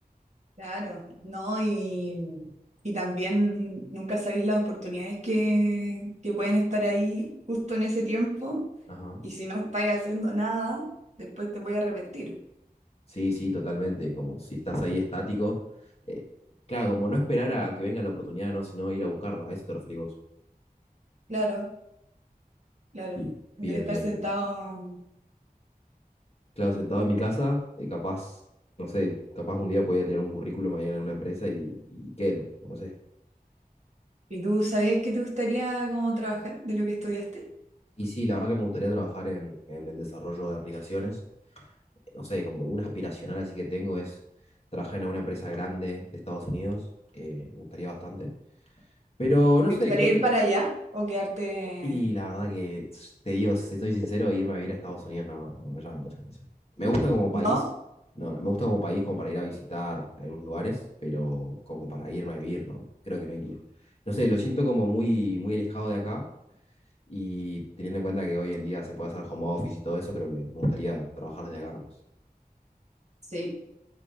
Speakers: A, on the right; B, on the left.
A: claro, no, y, y también nunca sabéis las oportunidades que, que pueden estar ahí justo en ese tiempo,
B: Ajá.
A: y si no estáis haciendo nada, después te voy a arrepentir.
B: Sí, sí, totalmente, como si estás ahí estático. eh, claro, como no esperar a, a que venga la oportunidad, ¿no? Sino ir a buscarla, a eso te referís vos.
A: Claro, claro,
B: Y,
A: en
B: bien,
A: vez de estar
B: bien,
A: sentado.
B: bien. Claro, sentado en mi casa, eh, capaz, no sé, capaz un día podía tirar un currículum ahí en una empresa y, y quedo, o no sé.
A: ¿Y tú sabías que te gustaría como trabajar de lo que estudiaste?
B: Y sí, la verdad que me gustaría trabajar en, en el desarrollo de aplicaciones. No sé, como un aspiracional así que tengo es trabajar en una empresa grande de Estados Unidos. eh, me gustaría bastante. Pero no
A: ¿Te
B: sé,
A: gustaría
B: creo
A: ir
B: que...
A: para allá o quedarte?
B: Y la verdad que, s- te digo, si soy sincero, irme a vivir a Estados Unidos no, no me llama mucho la atención. Me gusta como país,
A: ¿No?
B: no, me gusta como país como para ir a visitar algunos lugares, pero como para irme a vivir, no, creo que no iría. No sé, lo siento como muy, muy alejado de acá Y teniendo en cuenta que hoy en día se puede hacer home office y todo eso, creo que me gustaría trabajar desde acá. nomás.
A: Sí,